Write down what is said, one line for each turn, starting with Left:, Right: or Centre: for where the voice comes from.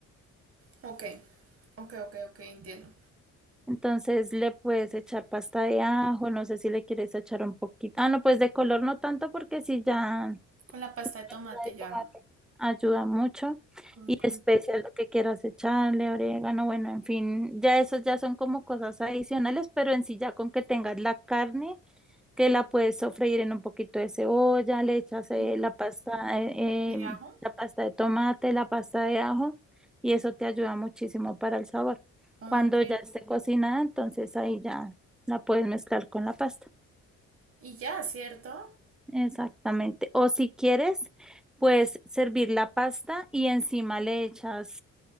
Right: Ok, ok, ok, ok, entiendo.
Centre: Entonces le puedes echar pasta de ajo, no sé si le quieres echar un poquito. Ah, no, pues de color no tanto porque si ya
Right: Con la pasta de
Centre: Pasta
Right: tomate
Centre: de tomate.
Right: ya.
Centre: ayuda mucho.
Right: Con,
Centre: Y
Right: con-
Centre: especias lo que quieras echarle, orégano, bueno, en fin, ya esos ya son como cosas adicionales, pero en sí ya con que tengas la carne. que la puedes sofreír en un poquito de cebolla, le echas eh,
Right: ¿no?
Centre: la pasta, eh,
Right: ¿De
Centre: eh,
Right: ajo?
Centre: la pasta de tomate, la pasta de ajo y eso te ayuda muchísimo para el sabor.
Right: Ok.
Centre: Cuando ya esté cocinada, entonces ahí ya la puedes mezclar con la pasta.
Right: Y ya, ¿cierto?
Centre: Exactamente. O si quieres, puedes servir la pasta y encima le echas